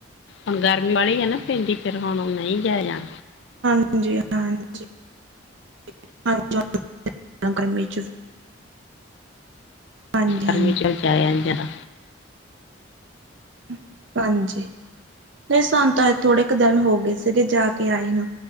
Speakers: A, on the left (about 60°); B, on the right (about 65°).
A: ਹੁਣ ਗਰਮੀ ਬੜੀ ਐ ਨਾ। ਭੈਣ ਜੀ ਫਿਰ ਹੁਣ ਨਈ ਜਾਏਆ ਜਾਣਾ।
B: ਹਾਂਜੀ-ਹਾਂਜੀ <unintelligible> ਗਰਮੀ 'ਚ। ਹਾਂਜੀ ਹਾਂਜੀ
A: ਗਰਮੀ 'ਚ ਜਾਏਆ ਨੀ ਜਾਨਾ।
B: ਹੂੰ, ਹਾਂਜੀ ਨਈ ਸਾਨੂੰ ਤਾਂ ਥੋੜੇ ਕ ਦਿਨ ਹੋਗੇ ਸੀਗੇ ਜਾ ਕੇ ਆਏ ਨੂੰ।